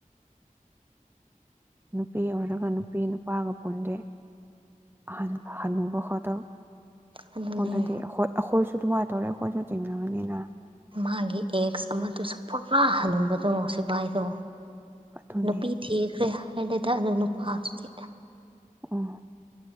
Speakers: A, on the right (about 15°); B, on the right (about 40°).
A: ꯅꯨꯄꯤ ꯑꯣꯏꯔꯒ ꯅꯨꯄꯤ ꯅꯨꯄꯥꯒ ꯄꯨꯟꯖꯩ ꯍ ꯍꯅꯨꯕ ꯍꯗ
B: ꯑꯗꯨꯅꯦ
A: ꯐꯂꯗꯤ ꯍ ꯑꯩꯈꯣꯏꯁꯨ ꯑꯗꯨꯃꯥꯏꯅ ꯇꯧꯔꯦ ꯑꯩꯈꯣꯏꯁꯨ ꯆꯤꯡꯟꯅꯒꯅꯤꯅ
B: ꯃꯥꯒꯤ ꯑꯦꯛꯁ ꯑꯃꯗꯨꯁꯨ ꯄꯨꯔꯥ ꯍꯜꯅꯤꯡꯨꯕꯗꯣ ꯁꯤꯚꯏꯗꯣ
A: ꯑꯗꯨꯅꯦ
B: ꯅꯨꯄꯤ ꯊꯤꯈ꯭ꯔꯦ ꯍꯥꯏꯗ ꯑꯗꯨꯅ ꯄꯥꯁꯇ
A: ꯑꯣ